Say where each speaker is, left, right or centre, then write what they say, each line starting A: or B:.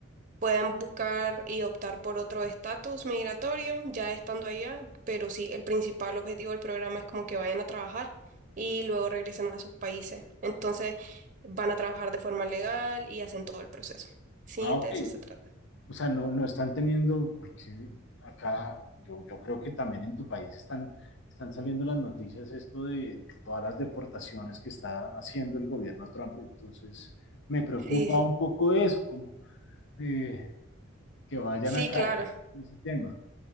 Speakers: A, on the right; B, on the left.
A: Pueden buscar y optar por otro estatus migratorio ya estando allá, pero sí, el principal objetivo del programa es como que vayan a trabajar y luego regresen a sus países. Entonces van a trabajar de forma legal y hacen todo el proceso. Sí,
B: Ah,
A: de
B: ok,
A: eso se trata.
B: O sea, no, no están teniendo, porque acá yo, yo creo que también en tu país están, están saliendo las noticias esto de, de todas las deportaciones que está haciendo el gobierno Trump. Entonces, me preocupa
A: Sí, sí.
B: un poco eso, como eh, que vayan
A: Sí,
B: a caer
A: claro.
B: en ese tema.